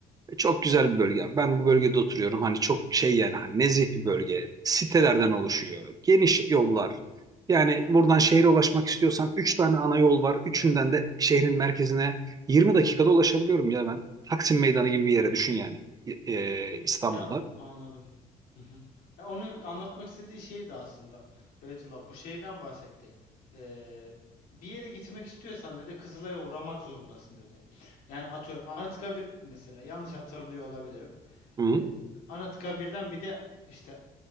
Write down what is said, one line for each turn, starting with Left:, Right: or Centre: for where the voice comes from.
Right: çok güzel bir bölge. Ben bu bölgede oturuyorum. Hani çok şey yani hani nezih bir bölge. Sitelerden
Left: Hı hı.
Right: oluşuyor. Geniş yollar. Yani buradan şehre ulaşmak istiyorsan 3 tane ana yol var. Üçünden de şehrin merkezine 20 dakikada ulaşabiliyorum ya ben. Taksim Meydanı gibi bir yere düşün yani e, e,
Left: Ya,
Right: İstanbul'da.
Left: ya anladım. Hı hı. Ya onu anlatmak istediği şeydi aslında. Beytullah bu şeyden bahsetti. Ee, bir yere gitmek istiyorsan dedi Kızılay'a uğramak zorundasın dedi. Yani atıyorum Anıtkabir mesela yanlış hatırlıyor olabilirim.
Right: Hı hı.
Left: Ee, Anıtkabir'den bir de işte